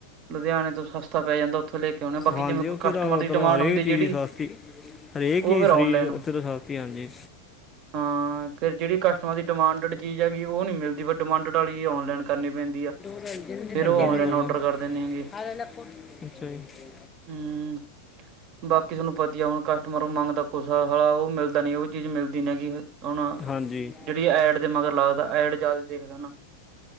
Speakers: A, on the right; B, on the left.
A: ਲੁਧਿਆਣੇ ਤੋਂ ਸਸਤਾ ਪੈ ਜਾਂਦਾ ਉੱਥੋਂ ਲੈ ਕੇ ਕਿਉਂ ਬਾਕੀਿਵੇ
B: ਹਾਂਜੀ ਉੱਥੇ
A: ਕੋਈ ਕਸਟਮ
B: ਤਾਂ ਮਤਲਬ
A: ਦੀ ਡਿਮਡ
B: ਹਰੇਕ
A: ਹੁੰਦੀ ਜਿਹੜੀ
B: ਚੀਜ਼ ਹੀ ਸਸਤੀ ਹਰੇਕ
A: ਉਹ
B: ਹੀ
A: ਫਿਰ
B: ਸਰੀਰ
A: ਔਨਲਾਈਨ
B: ਉੱਥੇ ਤੋਂ ਸਤੀ ਹਾਂਜੀ
A: ਹਾਂ ਹਾਂ ਫਿਰ ਜਿਹੜੀ ਕਸਟਮਰ ਦੀ ਡਿਮਾਂਡਡ ਚੀਜ਼ ਹੈਗੀ ਉਹ ਨਹੀਂੀ ਮਿਲਦੀ ਪਰਿਰਿਮਾਂਡ ਵਾਲੀ ਚੀਜ਼ ਔਨਲਾਈਨ ਕਰਨੀ ਪੈਂਦੀ ਆ
B: ਜ
A: ਫੇਰ ਉਹ ਔਨਲਾਈਨ ਔਡਰ ਕਰ ਦਿੰਦੇ ਹੈਗੇ
B: <unintelligible>
A: ਹਮ ਬਾਕੀ ਤੁਹਾਨੂੰ ਪਤੀ ਆ ਹੁਣ ਕਠ ਮਰੁ ਮੰਗਦਾ ਕੁਛ ਆ ਸਾਲਾ। ਉਹ ਮਿਲਦਾ ਨਹੀਂ, ਉਹ ਚੀਜ਼ ਮਿਲਦੀ ਨਹੀਂ ਹੁਣ।
B: ਹਾਂਜੀ
A: ਇਹ ਐਡ ਦੇ ਮਗਰ ਲੱਗਦਾ। ਐਡ ਜ਼ਿਆਦਾ ਦੇਖਦਾ ਨਾ।